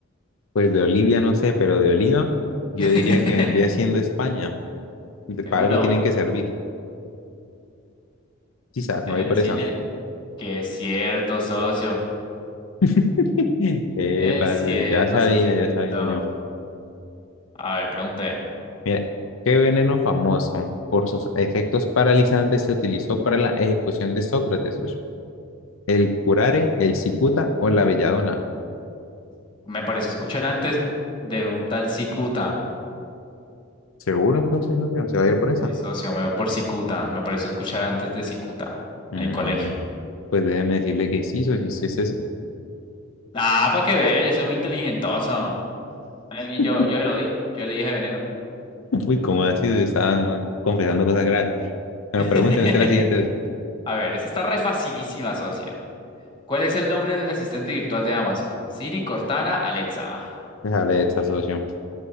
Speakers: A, on the left; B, on the left.
A: pues de Olivia no sé, pero de Oliva yo
B: <laughs>
A: diría que vendría siendo España. De-
B: Seguro.
A: para algo tienen que servir. Quizás, me
B: Deben
A: voy por
B: decirle
A: esa.
B: que es cierto, socio.
A: <laughs> Eh,
B: Es
A: padre,
B: cierto,
A: ya sabía,
B: socito.
A: ya sabía yo.
B: A ver, pregunté.
A: Mira, ¿qué veneno famoso por sus efectos paralizantes se utilizó para la ejecución de Sócrates, socio? ¿El curare, el cicuta o la belladona?
B: Me pareció escuchar antes de un tal Cicuta.
A: ¿Seguro entonces, socio? ¿Se va a ir por esa?
B: Sí, socio, me voy por Cicuta. Me pareció escuchar antes de Cicuta
A: Mm,
B: en el colegio.
A: pues déjeme decirle que sí, socio, sí sí, es eso.
B: Ah, para que vea, yo soy muy inteligentoso. Eh,
A: <laughs>
B: Yo, yo se lo di. Yo le dije veneno.
A: Uy, ¿cómo así? Se Está confesando cosas graves. Bueno,
B: <laughs>
A: pregúnteme usted la siguiente, socio.
B: A ver, esta está re facilísima, socia. ¿Cuál es el nombre del asistente virtual de Amazon? Siri, Cortana, Alexa.
A: Déjale esta socio.